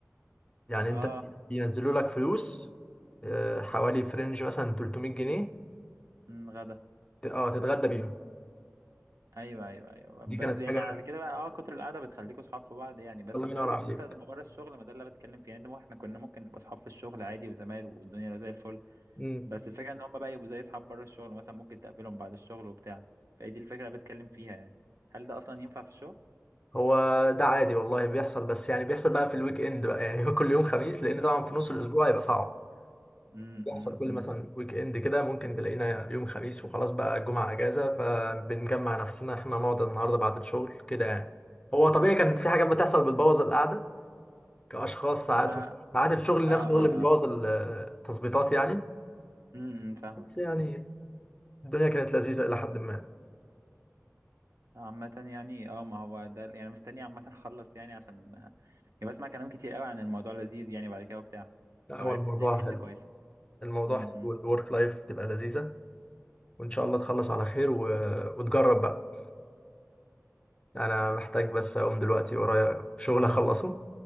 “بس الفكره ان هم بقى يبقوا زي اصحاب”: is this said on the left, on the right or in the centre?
Right